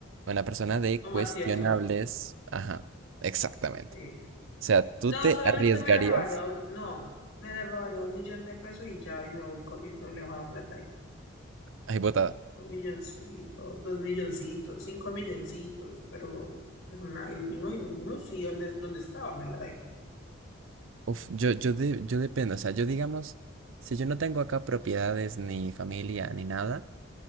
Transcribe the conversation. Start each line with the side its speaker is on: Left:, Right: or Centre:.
Right: una persona de
Left: un
Right: cuestionables.
Left: mafioso.
Right: Ajá, exactamente.
Left: Sí.
Right: O sea, tú
Left: No,
Right: te
Left: solamente
Right: arriesgarías.
Left: me le robaría, un- no, me le robaría un millón de pesos y ya, y me voy corriendo y le dejo la plata ahí.
Right: Ay, botada.
Left: Un milloncito, dos milloncitos, cinco milloncitos, pero, pero na- y no, y no, sí, ¿dónde, dónde estaba? Me la dejo.
Right: Uf, yo, yo, de- yo dependo. O sea, yo digamos, si yo no tengo acá propiedades ni familia ni nada.